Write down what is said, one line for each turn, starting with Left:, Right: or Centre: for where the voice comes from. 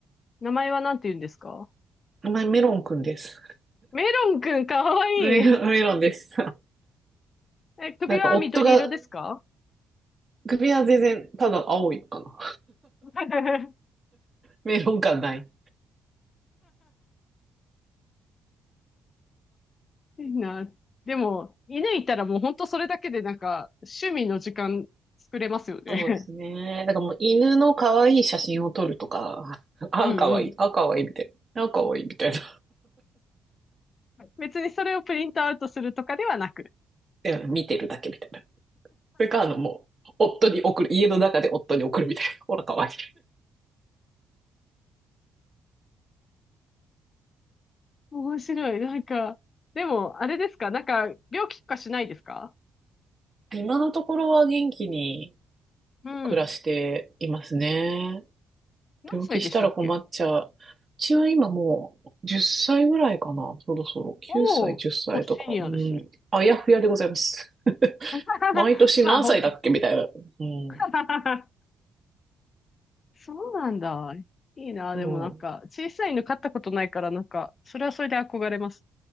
Left: 名前はなんて言うんですか
Right: 名前メロンくんです。
Left: メロンくんかわいい。
Right: <laughs> メメロンです。<laughs>
Left: え、首は緑色ですか
Right: なんか夫が、首は全然ただ青いかな。
Left: <laughs>
Right: メロン感ない。
Left: いいな。でも、犬いたらもうほんとそれだけでなんか、趣味の時間作れますよね。
Right: そうですね。だからもう犬の可愛い写真を撮るとか、
Left: <laughs>
Right: あ、
Left: うんうん。
Right: 可愛い、あ、可愛いみたいな。あ、可愛いみたいな。
Left: 別にそれをプリントアウトするとかではなく。
Right: うん見てるだけみたいな。それか、あの、もう、夫に送る、家の中で夫に送るみたいな。<laughs> ほら、かわいい。
Left: 面白い。なんか、でも、あれですかなんか、病気とかしないですか
Right: <laughs> 今のところは元気に
Left: うん。
Right: 暮らしていますね。
Left: 何歳でしたっけ
Right: 病気したら困っちゃう。うちは今もう10歳ぐらいかな。そろそろ9歳、
Left: おおー、
Right: 10歳とか。
Left: 結構シニアですね。
Right: うん。あやふやでございます。<laughs>
Left: <laughs>
Right: 毎年何歳だっけみたいな。
Left: まあ、ほ、
Right: うん。
Left: <laughs> そうなんだ。いいな。
Right: そう。
Left: でもなんか、小さい犬飼ったことないから、なんか、それはそれで憧れます。